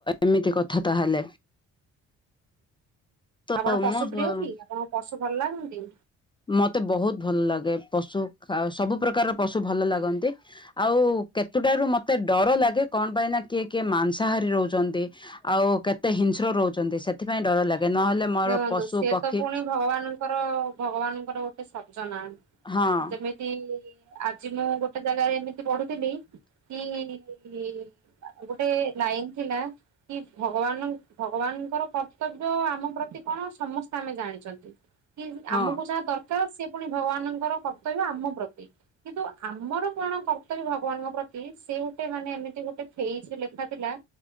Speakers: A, on the left; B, on the right.
A: ଏମିତି କଥା ତାହେଲେ ତ
B: ଆପଣ ପଶୁ
A: ମୁଁ
B: ପ୍ରିୟ କି ଆପଣଙ୍କ ପଶୁ ଭଲ ଲାଗନ୍ତି?
A: ମତେ ବୋହୁତ ଭଲ ଲାଗେ ପଶୁ ଆ ସବୁ ପ୍ରକାରର ପଶୁ ଭଲ ଲାଗନ୍ତି ଆଉ କେତୁଟାରୁ ମତେ ଡର ଲାଗେ କଣ ପାଇଁ ନା କିଏ କିଏ ମାଂସାହାରି ରୋହୁଚନ୍ତି। ଆଉ କେତେ ହିଂସ୍ର ରୋହୁଚନ୍ତି ସେଥିପାଇଁ ଡର ଲାଗେ ନହେଲେ ମୋର
B: ଦେଅନ୍ତୁ
A: ପଶୁ
B: ସିଏ
A: ପକ୍ଷୀ
B: ତ ପୁଣି ଭଗବାନ ଙ୍କର ଭଗବାନଙ୍କର ଗୋଟେ ସର୍ଜନା
A: ହଁ
B: ଯେମିତି ଆଜି ମୁଁ ଗୋଟେ <unintelligible> ଗୋଟେ ଲାଇନ ଥିଲା କି ଭଗବାନ ଭଗବାନଙ୍କର କର୍ତ୍ତବ୍ୟ ଆମ ପ୍ରତି ସେ କଣ ସମସ୍ତେ ଆମେ ଜାଣିଛନ୍ତି କି
A: ହଁ
B: ଆମକୁ ଯାହା ଦରକାର ସେ ପୁଣି ଭଗବାନଙ୍କର କର୍ତ୍ତବ୍ୟ ଆମ ପ୍ରତି। କିନ୍ତୁ ଆମର କଣ କର୍ତ୍ତବ୍ୟ ଭଗବାନଙ୍କ ପ୍ରତି ସେ ଗୋଟେ ମାନେ ଏମିତି ଗୋଟେ ଫେଜରେ ଲେଖା ଥିଲା।